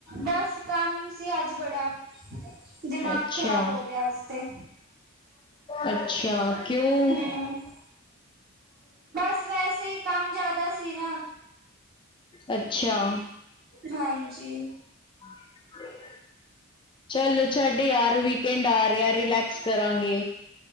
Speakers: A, on the right; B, on the left.
A: ਬਸ ਕੰਮ ਸੀ ਅੱਜ ਬੜਾ, ਦਿਮਾਗ
B: ਅੱਛਾ
A: ਖ਼ਰਾਬ ਹੋ ਗਿਆ ਅੱਜ ਤੇ।
B: ਅੱਛਾ ਕਿਉਂ।
A: ਹੂੰ ਬ ਵੈਸੇ ਹੀ ਕੰਮ ਜ਼ਿਆਦਾ ਸੀ ਨਾ।
B: ਅੱਛਾ।
A: ਹਾਂਜੀ।
B: ਹਾਂਜੀ। ਚਲੋ ਛੱਡ ਯਾਰ ਵੀਕਐਂਡ ਆ ਰਿਹਾ ਰਿਲੈਕਸ ਕਰਾਂਗੇ।